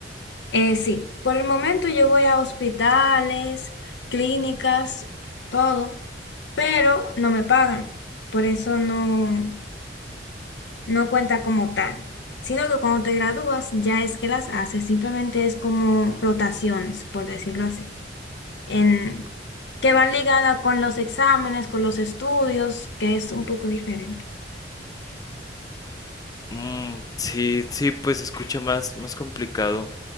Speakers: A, on the left; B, on the left.
A: Eh, sí, por el momento yo voy a hospitales, clínicas, todo, pero no me pagan. Por eso no. no cuenta como tal, sino que cuando te gradúas ya es que las haces, simplemente es como rotaciones, por decirlo así, en, que van ligadas con los exámenes, con los estudios, que es un poco diferente.
B: Mm, sí, sí, pues se escucha más, más complicado.